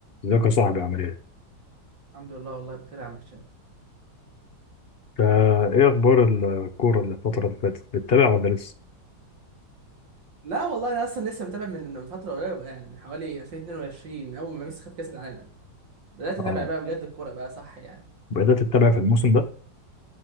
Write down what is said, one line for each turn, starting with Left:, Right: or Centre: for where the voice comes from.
Left: ازيك يا صاحبي عامل ايه؟
Right: الحمد لله والله بخير يا عم هشام
Left: فا ايه اخبار الكورة اللي الفترة اللي فاتت؟ بتتابع ولا لسه؟
Right: لا والله انا اصلا لسه متابع من من فتره قريبه يعني من حوالي 2022 اول ما ميسي خد كاس العالم بدات
Left: اه
Right: اتابع بقى بجد الكوره بقى صح يعني
Left: بدأت تتابع في الموسم ده؟